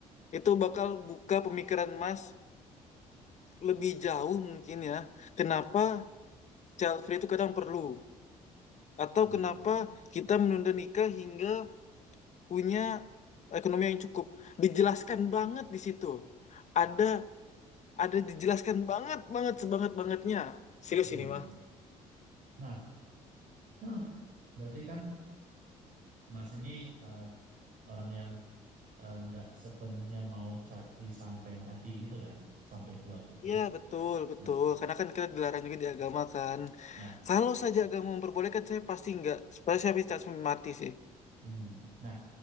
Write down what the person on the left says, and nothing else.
Itu bakal buka pemikiran Mas lebih jauh mungkin ya. Kenapa child free itu kadang perlu atau
kenapa
kita menunda nikah hingga punya ekonomi yang cukup. Dijelaskan banget di situ. Ada ada dijelaskan banget banget sebanget bangetnya Serius
ini mah.
Iya betul betul
karena kan kita dilarang juga di agama kan
kalau saja agama memperbolehkan saya pasti nggak. supaya saya pasti langsung mati sih